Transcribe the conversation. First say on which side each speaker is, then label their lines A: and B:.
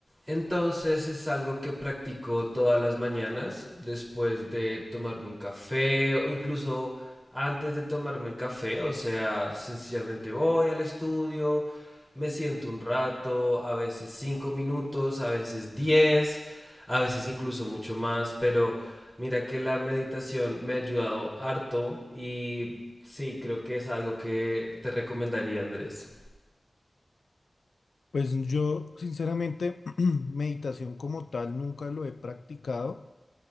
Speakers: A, in the centre; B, on the left.
A: Entonces es algo que practico todas las mañanas después de tomarme un café o incluso antes de tomarme el café. O sea, sencillamente voy al estudio, me siento un rato, a veces cinco minutos, a veces diez, a veces incluso mucho más. Pero mira que la meditación me ha ayudado harto y sí, creo que es algo que te recomendaría, Andrés.
B: Pues yo, sinceramente, <clears throat> meditación como tal nunca lo he practicado.